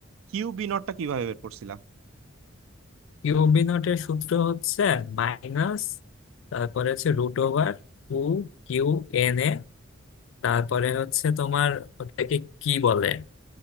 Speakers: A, on the right; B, on the left.
A: কিউ বি নটটা কিভাবে বের করছিলা
B: কিউবি নটের সূত্র হচ্ছে মাইনাস তারপরে হচ্ছে root over two q N A তারপরে হচ্ছে তোমার ওটাকে কি বলে